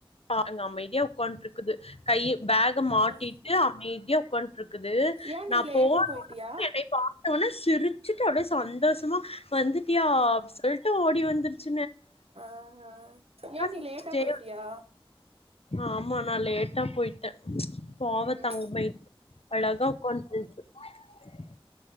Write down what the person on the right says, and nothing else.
ம்
ஏன்
நீ லேட்டா
போயிட்டியா
ஆஹ்ஹ் ஏன் நீ
லேட்டா போ போயிட்டியா
ம்